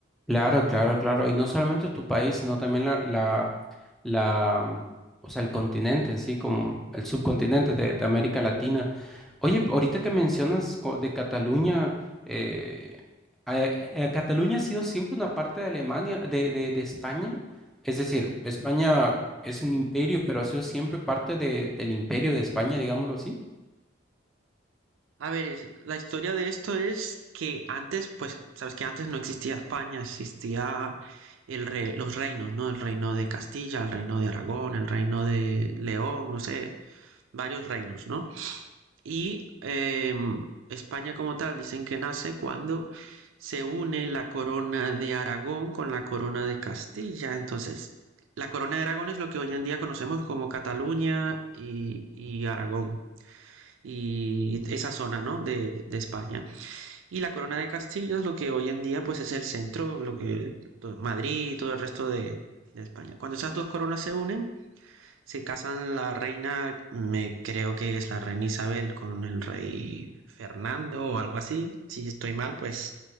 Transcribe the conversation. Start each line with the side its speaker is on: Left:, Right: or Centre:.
Centre: Claro, claro, claro. Y no solamente tu país, sino también la, la, la, mm, o sea, el continente en sí, como el subcontinente de, de América Latina. Oye, ahorita que mencionas co- de Cataluña, eh, a- a- Cataluña ha sido siempre una parte de Alemania, de, de, de España. Es decir, España es un imperio, pero ha sido siempre parte de- del imperio de España, digámoslo así.
Right: A ver, es- la historia de esto es que antes, pues, sabes que antes no existía España, existía el re- los reinos, ¿no? El reino de Castilla, el reino de Aragón, el reino de León, no sé, varios reinos, ¿no? Y eh, España como tal dicen que nace cuando se une la corona de Aragón con la corona de Castilla. Entonces, la corona de Aragón es lo que hoy en día conocemos como Cataluña y, y Aragón y esa zona, ¿no? De, de España. Y la corona de Castilla es lo que hoy en día pues es el centro, lo que pues, Madrid y todo el resto de, de España. Cuando esas dos coronas se unen, se casan la reina, me creo que es la reina Isabel con el rey Fernando o algo así. Si estoy mal, pues